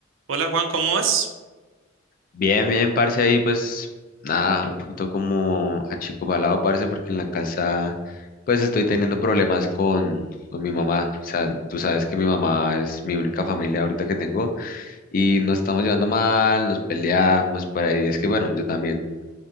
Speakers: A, on the right; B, on the left.
A: Hola Juan, ¿cómo vas?
B: Bien, bien, parce, ahí pues nada, un poquito como achicobalado, parce, porque en la casa pues estoy teniendo problemas con, con mi mamá. O sea, tú sabes que mi mamá es mi única familia ahorita que tengo y nos estamos llevando mal, nos peleamos por ahí. Es que bueno, yo también,